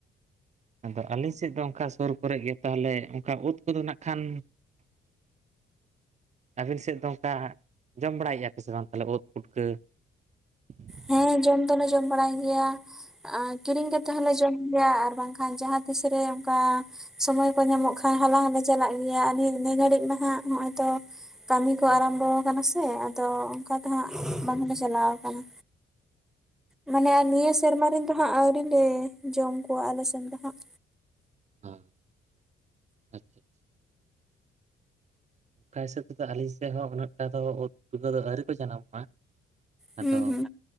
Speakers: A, on the right; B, in the centre.
A: ᱟᱫᱚ ᱟᱞᱮ ᱥᱮᱫ ᱫᱚ ᱚᱱᱠᱟ ᱥᱩᱨ ᱠᱚᱨᱮ ᱜᱮ ᱛᱟᱦᱞᱮ ᱚᱱᱠᱟ ᱩᱫ ᱠᱚᱫᱚ ᱱᱟᱜ ᱠᱷᱟᱱᱼᱼ ᱟᱹᱵᱤᱱ ᱥᱮᱫ ᱫᱚ ᱚᱱᱠᱟ ᱡᱚᱢ ᱵᱟᱲᱟᱭᱮᱫᱼᱟᱯᱮ ᱥᱮ ᱵᱟᱝ ᱛᱟᱦᱞᱮ ᱩᱫ ᱯᱩᱴᱠᱟᱹ <inaudible>
B: ᱦᱮᱸ ᱡᱚᱢ ᱫᱚᱞᱮ ᱡᱚᱢ ᱵᱟᱲᱟᱭ ᱜᱮᱭᱟ ᱟᱨ ᱠᱤᱨᱤᱧ ᱠᱟᱛᱮ ᱦᱚᱸᱞᱮ ᱡᱚᱢ ᱜᱮᱭᱟ ᱟᱨ ᱵᱟᱝᱠᱷᱟᱱ ᱡᱟᱦᱟᱸ ᱛᱤᱥᱨᱮ ᱚᱱᱠᱟ ᱥᱚᱢᱚᱭ ᱠᱚ ᱧᱟᱢᱚᱜ ᱠᱷᱟᱱ ᱦᱟᱞᱟᱝ ᱞᱮ ᱪᱟᱞᱟᱜ ᱜᱮᱭᱟ ᱟᱨ ᱱᱤ-ᱱᱤᱭᱟᱹ ᱜᱷᱟᱹᱲᱤᱡ ᱢᱟ ᱦᱟᱸᱜ ᱱᱚᱜᱼᱚᱭ ᱛᱚ ᱠᱟᱹᱢᱤ ᱠᱚ ᱟᱨᱟᱢᱵᱚ ᱠᱟᱱᱟ ᱥᱮ ᱟᱫᱚ ᱚᱱᱠᱟ ᱫᱚ ᱦᱟᱸᱜ ᱵᱟᱝᱞᱮ ᱪᱟᱞᱟᱣ ᱠᱟᱱᱟ ᱢᱟᱱᱮ ᱟᱨ ᱱᱤᱭᱟᱹ ᱥᱮᱨᱢᱟ ᱨᱮᱱ ᱫᱚ ᱦᱟᱸᱜ ᱟᱹᱣᱨᱤ ᱞᱮ ᱡᱚᱢ ᱠᱚᱣᱟ ᱟᱞᱮ ᱥᱮᱱ ᱫᱚ ᱦᱟᱸᱜ
A: ᱦᱮᱸ ᱟᱪᱪᱷᱟ ᱟᱪᱪᱷᱟ ᱚᱠᱟ ᱦᱤᱥᱟᱹᱵᱽ ᱛᱮᱫᱚ ᱟᱹᱞᱤᱧ ᱥᱮᱫ ᱦᱚᱸ ᱩᱱᱟᱹᱜ ᱴᱟ ᱫᱚ ᱩᱫ, ᱯᱤᱴᱷᱟᱹ ᱫᱚ ᱟᱹᱣᱨᱤ ᱠᱚ ᱡᱟᱱᱟᱢᱚᱜᱼᱟ
B: ᱦᱩᱸ
A: ᱟᱫᱚ
B: ᱦᱩᱸ